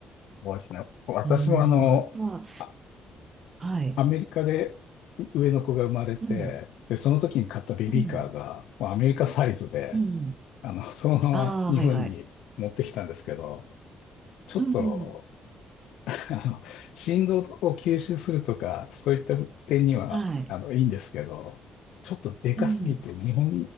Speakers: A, on the left; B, on the right.
A: そうですね。私もあの、
B: うん、あとは、
A: あ
B: はい。
A: アメリカで上の子が生まれて、
B: うん、
A: で、その時に買ったベビーカーが、
B: うん、
A: もうアメリカサイズで、
B: うん。
A: あの、そのまま日本に持ってきたんですけど、
B: ああ、はいはい。
A: ちょっと
B: うん、
A: あの、振動を吸収するとか、そういった点には、
B: はい。
A: あの、いいんですけど、ちょっとでかすぎて、
B: うん。
A: 日本、